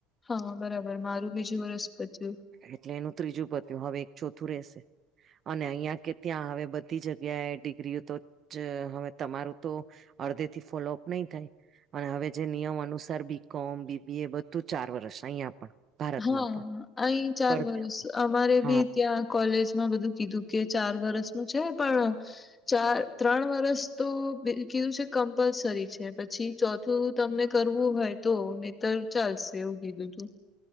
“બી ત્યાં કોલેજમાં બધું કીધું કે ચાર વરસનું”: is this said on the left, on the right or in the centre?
Left